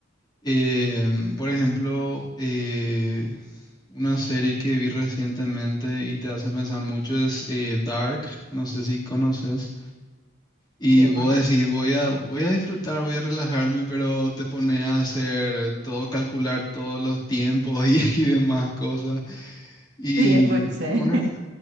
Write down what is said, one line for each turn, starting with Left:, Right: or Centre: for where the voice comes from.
Left: Em, por ejemplo, eh, una serie que vi recientemente y te hace pensar mucho es eh, Dark, no sé si conoces. Y
Right: Sí,
Left: vos
Right: conozco.
Left: decís, voy a, voy a disfrutar, voy a relajarme, pero te pone a hacer todo, calcular todos los tiempos y, <laughs> y demás cosas. Y
Right: Sí, escuché.
Left: con
Right: <laughs>
Left: eso,